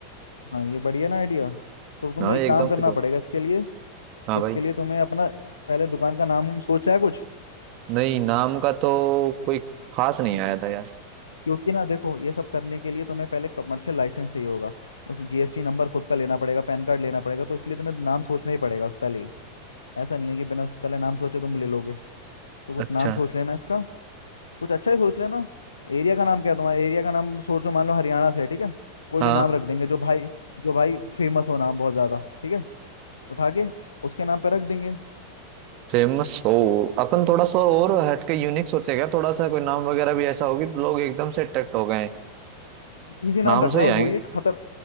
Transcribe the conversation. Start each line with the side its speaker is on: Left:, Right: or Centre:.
Left: हाँ ये बढ़िया ना आइडिया तो तुम्हें
Right: हाँ
Left: एक
Right: ये
Left: काम
Right: एकदम
Left: करना
Right: फिट हुआ
Left: पड़ेगा इसके लिए
Right: हाँ भाई
Left: इसके लिए तुम्हें अपना पहले दुकान का नाम हम सोचा है कुछ
Right: नहीं नाम का तो कोई खास नहीं आया था यार
Left: क्योंकि ना देखो ये सब करने के लिए तुम्हें पहले कमर्शियल लाइसेंस चाहिए होगा उस जीएसटी नंबर खुद का लेना पड़ेगा पैन कार्ड लेना पड़ेगा तो इसलिए तुम्हें नाम सोचना ही पड़ेगा उस पहले ही ऐसा नहीं है कि बिना उस पहले नाम सोचे तुम ले लोगे तो कुछ
Right: अच्छा
Left: नाम सोच लेना इसका कुछ अच्छा ही सोच लेना एरिया का नाम क्या है तुम्हारा एरिया का नाम सोचो मान लो हरियाणा से है ठीक है कोई
Right: हाँ
Left: भी नाम रख देंगे जो भाई जो भाई फेमस हो नाम बहुत ज़्यादा ठीक है उठा के उसके नाम पे रख देंगे
Right: फेमस हो अपन थोड़ा सा और हटके यूनिक सोचेगा थोड़ा सा कोई नाम वगैरह भी ऐसा होगी लोग एकदम से अट्रैक्ट हो गए हैं
Left: इजी नाम
Right: नाम
Left: रखना
Right: से ही
Left: बस
Right: आएंगे
Left: वही है खतर